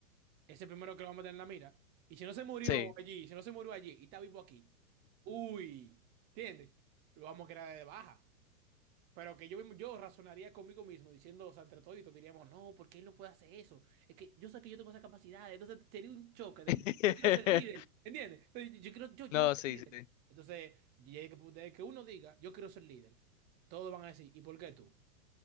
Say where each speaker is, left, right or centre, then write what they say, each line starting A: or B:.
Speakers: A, on the right (about 25°); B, on the left (about 60°).
A: Ese primero que lo vamos a tener en la mira. Y si no se murió
B: Sí.
A: allí, si no se murió allí y está vivo aquí, uy, ¿entiendes? Lo vamos a quedar de baja. Pero que yo, mismo- yo razonaría conmigo mismo diciendo, o sea, entre toditos diríamos, no, ¿por qué él no puede hacer eso? Es que yo sé que yo tengo esa capacidad, entonces sería un choque de,
B: <laughs>
A: yo quiero ser líder, ¿entiendes? Entonces, Yo, yo quiero, yo, yo
B: No,
A: voy a ser
B: sí,
A: líder.
B: sí.
A: Entonces, y es que, desde que uno diga, yo quiero ser líder, todos van a decir, ¿y por qué tú?